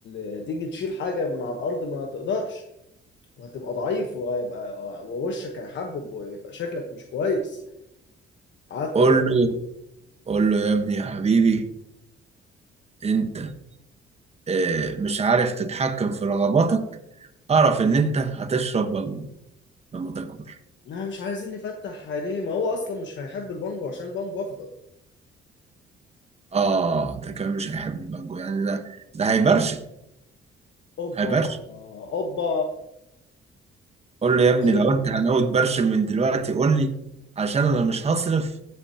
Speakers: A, on the left; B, on the right.
A: ال... تيجي تشيل حاجة من على الأرض ما تقدرش وهتبقى ضعيف وهيبقى ووشك هيحبب ويبقى شكلك مش كويس قعدت
B: قول
A: اقول
B: له قول له يا ابني يا حبيبي انت آه، مش عارف تتحكم في رغباتك اعرف ان انت هتشرب بانجو لما تكبر
A: لا مش عايزين نفتح عينيه ما هو اصلا مش هيحب البانجو عشان البانجو اخضر
B: اه ده كمان مش هيحب المانجو يعني ده ده هيبرشم
A: اوبا
B: هيبرشم
A: اوبا
B: قول له يا
A: قاسم
B: ابني لو انت هناوي تبرشم من دلوقتي قول لي عشان انا مش هصرف